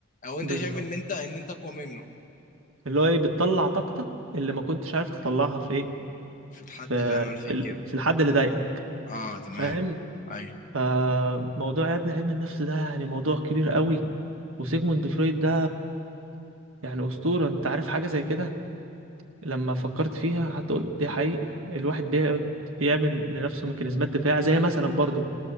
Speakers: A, on the left; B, on the right.
A: او انت
B: بالظبط
A: شايف ان انت ان انت اقوى منه
B: اللي هو ايه بتطلع طاقتك اللي ما كنتش عارف تطلعها في ايه
A: في الحد
B: في
A: اللي عمل فيك
B: في, ال-
A: كده
B: في الحد اللي ضايقك
A: اه تمام
B: فاهم
A: ايوه
B: فموضوع يا ابني علم النفس ده يعني موضوع كبير قوي وسيجموند فرويد ده يعني أسطورة انت عارف حاجة زي كده لما فكرت فيها حتى قلت دي حقيقة الواحد بيقعد يعمل لنفسه ميكانيزمات دفاع زي مثلا برضو